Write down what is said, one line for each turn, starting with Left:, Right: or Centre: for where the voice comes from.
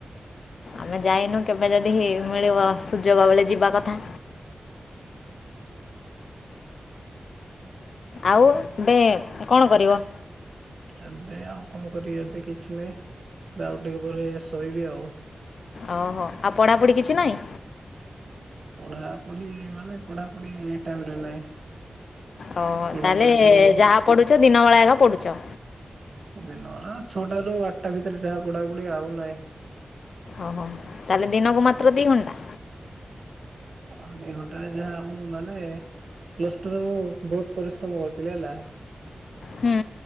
Left: ଆମେ ଯାଇନୁ କେବେ ଯଦି ମିଳିବ ସୁଯୋଗ ବେଳେ ଯିବା କଥା। ଆଉ ଏବେ କଣ କରିବ?
Right: ଏବେ ଆଉ କଣ କରିବି ଏବେ କିଛି ନାହିଁ ବା ଆଉ ଟିକେ ପରେ ଶୋଇବି ଆଉ।
Left: ଓହୋ ଆଉ ପଢାପଢି କିଛି ନାହିଁ।
Right: ପଢା ପଢି ମାନେ ପଢାପଢି ଏଇ ଟାଇମ ରେ ନାହିଁ।
Left: ଓ
Right: ପଢାପଢି
Left: ତାହେଲେ
Right: ଟାଇମ
Left: ଯାହା ପଡୁଛ ଦିନ ବେଳା ଆଗ ପଡୁଚ।
Right: ଦିନ ଆନ ଛଅଟା ରୁ ଆଟ୍ଟା ଭିତରେ ଯାହା ବୁଡାପୁଢି ଆଉ ନାହିଁ।
Left: ଓହୋ ତାହେଲେ ଦିନକୁ ମାତ୍ର ଦି ଘଣ୍ଟା।
Right: ଆ ଦି ଘଣ୍ଟା ଯାହା ମୁଁ ମାନେ ପ୍ଲସ୍ ଟୁ ରେମୁଁ ବୋହୁତ ପରିଶ୍ରମ କରିଥିଲି ହେଲା।
Left: ହୁଁ